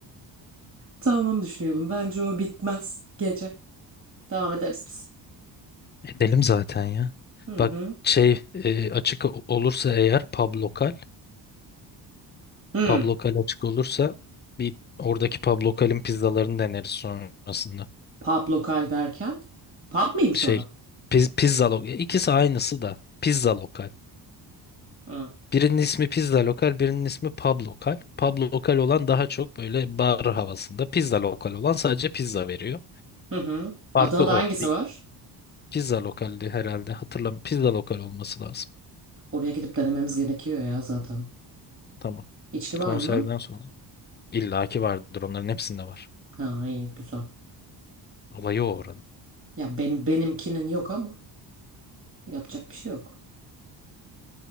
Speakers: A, on the right; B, on the left.
A: tam onu düşünüyordum. Bence o bitmez gece. Devam ederiz biz.
B: Edelim zaten ya.
A: Hı
B: Bak
A: hı.
B: şey e, açık o- olursa eğer pub lokal,
A: Hı.
B: pub lokal açık olursa bir oradaki pub lokalin pizzalarını deneriz sonrasında.
A: Pub lokal derken? Pub mıymış
B: Şey
A: orası?
B: piz, pizza lokal ikisi aynısı da pizza lokal.
A: Hı.
B: Birinin ismi pizza lokal, birinin ismi pub lokal. Pub lokal olan daha çok böyle bar havasında. Pizza lokal olan sadece pizza veriyor.
A: Hı hı.
B: Farkı
A: Adana'da
B: o.
A: hangisi var?
B: Pizza lokaldi herhalde. Hatırlam. Pizza lokal olması lazım.
A: Oraya gidip denememiz gerekiyor ya zaten.
B: Tamam.
A: İçki var
B: Konserden
A: mı?
B: sonra. İlla ki vardır. Onların hepsinde var.
A: Ha iyi güzel.
B: Olayı o oranın.
A: Ya benim benimkinin yok ama yapacak bir şey yok.